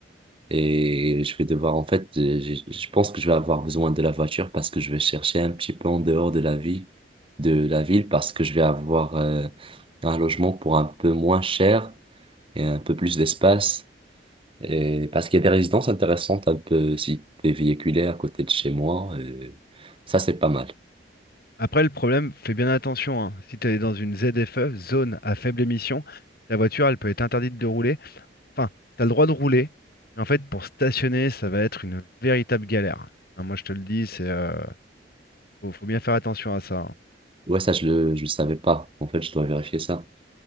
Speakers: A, on the right; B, on the left.
A: et je vais devoir, en fait, je, je- je pense que je vais avoir besoin de la voiture parce que je vais chercher un petit peu en dehors de la vie, de la ville, parce que je vais avoir euh, un logement pour un peu moins cher et un peu plus d'espace. Et parce qu'il y a des résidences intéressantes un peu si t'es véhiculé à côté de chez moi, euh, ça c'est pas mal.
B: Après, le problème, fais bien attention, hein. Si tu es dans une ZFE, zone à faible émission, ta voiture, elle peut être interdite de rouler. Enfin, tu as le droit de rouler, mais en fait, pour stationner, ça va être une véritable galère. Hein, moi, je te le dis, c'est, euh, faut, faut bien faire attention à ça. hein.
A: Ouais, ça, je le, je le savais pas. En fait, je dois vérifier ça.